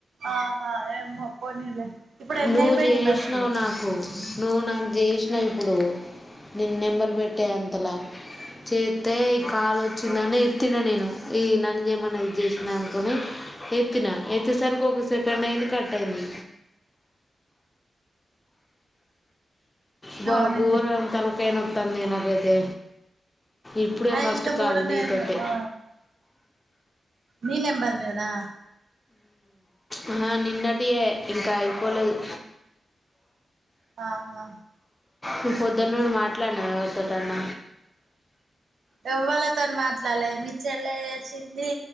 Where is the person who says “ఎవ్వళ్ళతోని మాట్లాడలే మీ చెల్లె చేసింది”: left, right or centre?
Right